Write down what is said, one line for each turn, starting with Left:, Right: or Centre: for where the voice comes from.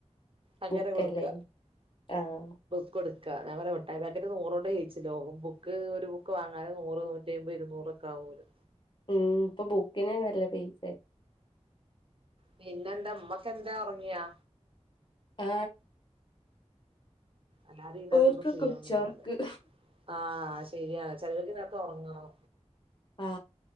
Right: അങ്ങനെ
Left: ബുക്കല്ലേ
Right: കൊടുക്ക
Left: ആഹ്
Right: ഉ കൊടുക്കാ ഞാൻ പറ മുട്ടയി പാക്കറ്റ് നൂറെണ്ണം ചെയ്യിച്ചിന്ടവും ബുക്ക് ഒരു ബുക്ക് വാങ്ങാനൻ നൂറ് നൂറ്റയിംബെ ഇരുന്നൂറൊക്കെ ആകുലൊ.
Left: ഉം ഇപ്പൊ ബുക്കിനെന്നെ നല്ല പൈസ
Right: പിന്നെ എന്താ അമ്മക്ക് എന്താ ഉറങ്ങിയാ
Left: ആ
Right: അല്ലാരു ഈ നേരത്തൊന്നും
Left: ഓര്ക്കൊക്കെ
Right: ഫ്രീയാവുന്നാണ്
Left: ഉച്ചോർക്ക്
Right: ആഹ ശരിയാണ് ചേലോര്ക്കീ നേരത്ത് ഉറങ്ങണം
Left: ആ